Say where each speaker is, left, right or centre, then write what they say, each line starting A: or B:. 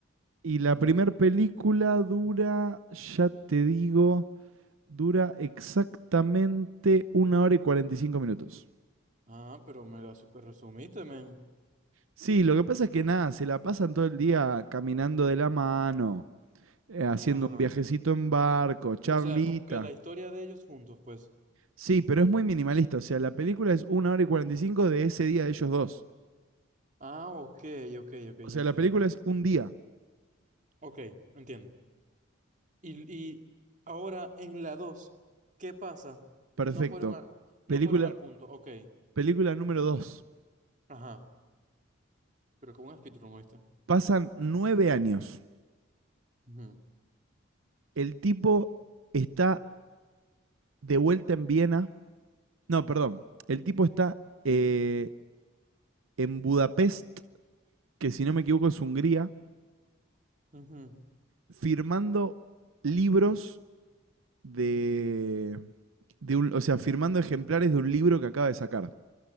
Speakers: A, on the right (about 80°); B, on the right (about 40°).
A: Y la primera película dura, ya te digo, dura exactamente una hora y 45 minutos.
B: Ah, pero me la super resumiste, men.
A: Sí, lo que pasa es que nada, se la pasan todo el día caminando de la mano, eh, haciendo
B: Ajá.
A: un viajecito en barco, charlita.
B: O sea, como que la historia de ellos juntos, pues.
A: Sí, pero es muy minimalista, o sea, la película es una hora y 45 de ese día de ellos dos.
B: Ah, ok, ok, ok,
A: O
B: ya
A: sea,
B: entiendo.
A: la película es un día,
B: Ok, entiendo. Y, y ahora en la dos, ¿qué pasa?
A: perfecto.
B: No fueron a-
A: Película,
B: no fueron al punto, ok.
A: película número dos.
B: Ajá, pero como un speedrun, ¿oíste?
A: Pasan nueve años.
B: Ujú,
A: El tipo está de vuelta en Viena. No, perdón. El tipo está eh, en Budapest, que si no me equivoco es Hungría,
B: ujú.
A: firmando libros de, de un, o sea, firmando ejemplares de un libro que acaba de sacar.